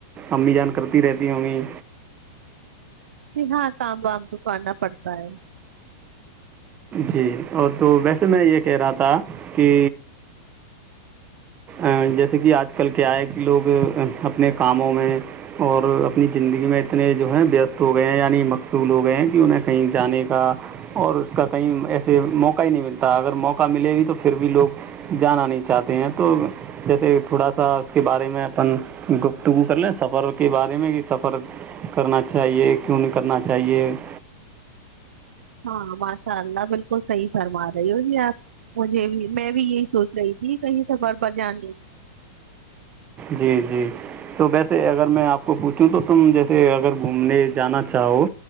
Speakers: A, on the right; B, on the right.
A: امی جان کرتی رہتی ہوں گی
B: جی ہاں کام وام تو کرنا پڑتا ہے
A: جی اور تو ویسے میں یہ کہہ رہا تھا کہ ا جیسے کہ آج کل کیا ہے کہ لوگ اپنے کاموں میں اور اپنی زندگی میں اتنے جو ہیں بیست ہو گئے ہیں یعنی مقصول ہو گئے ہیں کہ انہیں کہیں جانے کا اور اس کا کہیں ایسے موقع ہی نہیں ملتا اگر موقع ملے بھی تو پھر بھی لوگ جانا نہیں چاہتے ہیں تو جیسے تھوڑا سا اس کے بارے میں اپن گفتگو کر لیں سفر کے بارے میں کہ سفر کرنا چاہیے کیوں نہیں کرنا چاہیے <inaudible>
B: ہاں ماشاء اللہ بالکل صحیح فرما رہی ہو جی آپ مجھے بھی میں بھی یہی سوچ رہی تھی کہیں سفر پر جانے
A: جی جی تو ویسے اگر میں آپ کو پوچھوں تو تم جیسے اگر گھومنے جانا چاہو